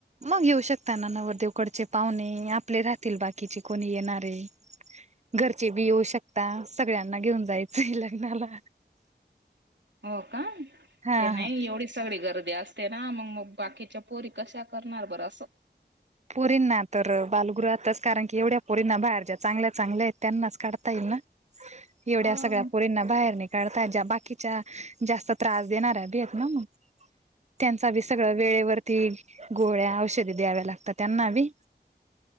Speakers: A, on the right; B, on the right.
A: मग येऊ शकता ना नवरदेवकडचे पाहुणे आपले राहतील बाकीचे कोणी येणारे घरचे बी येऊ शकता सगळ्यांना घेऊन जायचंय लग्नाला
B: हो का
A: हा
B: ते नाही
A: हा
B: एवढीच सगळी गर्दी असते ना मग मग बाकीच्या पोरी कशा करणार बरं असं
A: पुरींना तर बालगृहातच कारण की एवढ्या पुरींना बाहेर ज्या चांगल्या चांगल्या आहेत त्यांनाच काढता येईल ना एवढ्या
B: हम्म
A: सगळ्या पोरींना बाहेर निघ ता ज बाकीच्या जास्त त्रास देणार आहे भीेत ना मग त्यांचा बी सगळं वेळेवरती गोळ्या औषधी द्याव्या लागतात त्यांना बी